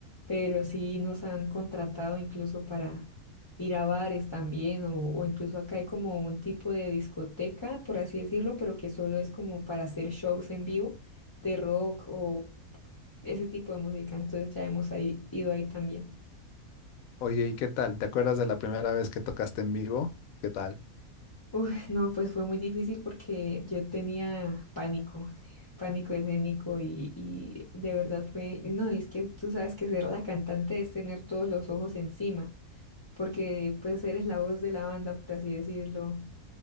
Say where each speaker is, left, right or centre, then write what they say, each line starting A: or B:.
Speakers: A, on the left; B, on the left.
A: pero sí nos han contratado incluso para ir a bares también, o, o incluso acá hay como un tipo de discoteca, por así decirlo, pero que solo es como para hacer shows en vivo de rock o ese tipo de música, entonces ya hemos ahí, ido ahí también.
B: Oye, ¿y qué tal? ¿Te acuerdas de la primera vez que tocaste en vivo? ¿Qué tal?
A: Uy, no, pues fue muy difícil porque yo tenía pánico, pánico escénico y, y de verdad fue, no, es que tú sabes que ser la cantante es tener todos los ojos encima, porque pues eres la voz de la banda, por así decirlo,